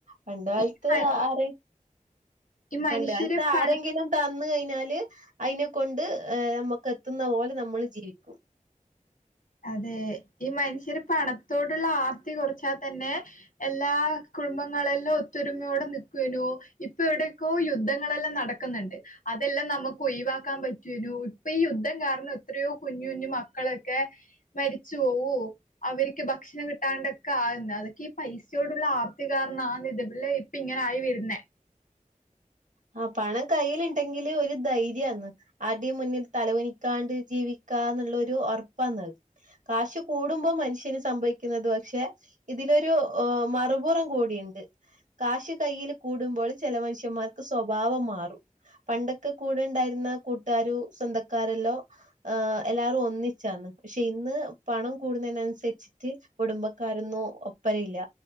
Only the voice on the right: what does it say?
പണ്ട് കാലത്ത്
ആരെ
പണ്ട്ക്കാലത്ത് ആരെങ്കിലും
തന്ന് കഴിഞ്ഞാല് അയിനെകൊണ്ട് ഏഹ് നമുക്ക് എത്തുന്ന പോലെ നമ്മള് ജീവിക്കും
ആഹ് പണം കയില്ണ്ടെങ്കില് ഒരു ധൈര്യന്ന് ആര്ടേം മുന്നിൽ തലക്കുനിക്കാണ്ട് ജീവിക്കാ എന്നുള്ളൊരു ഒറപ്പാന്ന് കാശ് കൂടുമ്പോ മനുഷ്യന് സംഭവിക്കുന്നത് പക്ഷേ ഇതിലൊരു ഏഹ് മറുപുറം കൂടിയ്ണ്ട് കാശ് കൈയില് കൂടുമ്പോൾ ചെല മനുഷ്യന്മാർക്ക് സ്വബാവം മാറും പണ്ടൊക്കെ കൂടെണ്ടാരുന്ന കൂട്ടുകാരു സ്വന്തക്കാരല്ലോ ആഹ് എല്ലാറോ ഒന്നിച്ചാന്ന് പക്ഷേ ഇന്ന് പണം കൂടുന്നെന് അനുസരിച്ച് കുടുംബക്കാരൊന്നും ഒപ്പരെയില്ല